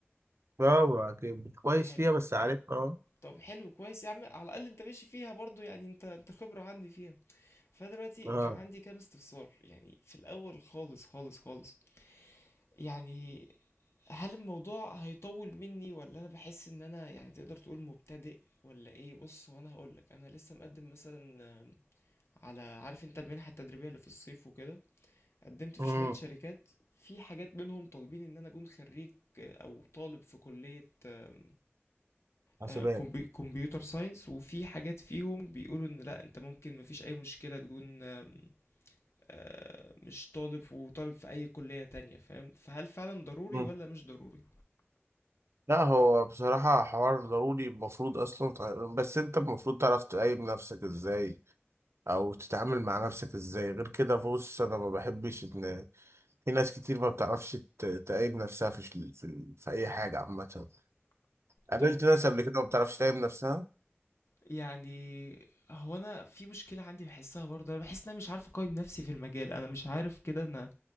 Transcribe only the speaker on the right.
برافو عليك كويس
فيها بس عارف اه
اه
امم
حاسبات
مم.
لا هو بصراحة حوار ضروري المفروض أصلا تع- بس أنت المفروض تعرف تقيم نفسك إزاي أو تتعامل مع نفسك إزاي غير كده بص أنا ما بحبش إن في ناس كتير ما بتعرفش ت- تقيم نفسها في ش- في, في أي حاجة عامة قابلت
ناس قبل كده ما بتعرفش تقيم نفسها